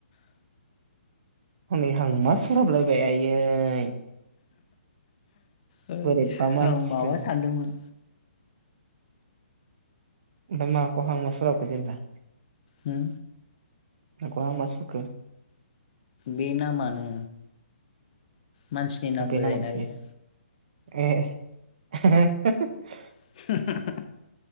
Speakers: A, on the right; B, on the left.
A: हनै हांमा सुरहाबलायबाय आयै।
B: <unintelligible>
A: बोरैबा मानसिलै
B: आं माबा सानदोंमोन।
A: ओमफ्राय माखौ हांमा सुरहाबखो जेनेबा?
B: हम।
A: माखौ हांमा सुरखो?
B: बे नामानो। मानसिनि
A: <unintelligible>
B: नामबो जायोना बेयो <unintelligible>